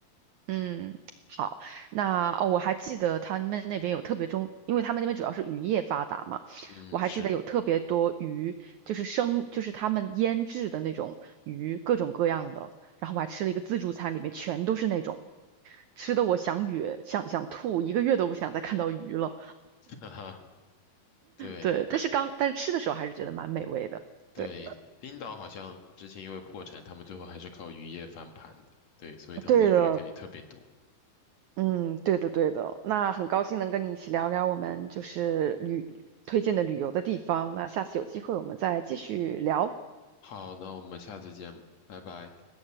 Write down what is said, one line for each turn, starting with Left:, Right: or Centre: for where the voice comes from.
Right: 嗯，好，那哦，我还记得他们那边有特别中，因为他们那边主要是渔业发达嘛，
Left: 嗯，
Right: 我还记得有特别多鱼，
Left: 是，
Right: 就是生，就是他们腌制的那种鱼，各种各样的。然后我还吃了一个自助餐，里面全都是那种。吃的我想哕，想想吐，一个月都不想再看到鱼了。
Left: <laughs> 哈哈，对
Right: 对，但是刚但是吃的时候还是觉得蛮美味的。
Left: 对，
Right: 对，
Left: 冰岛好像之前因为破产，他们最后还是靠渔业翻盘的。对，所以他们的鱼肯定特别多。
Right: 对的，嗯，对的对的。那很高兴能跟你一起聊聊我们就是旅推荐的旅游的地方。那下次有机会我们再继续聊，
Left: 好，那我们下次见，拜拜。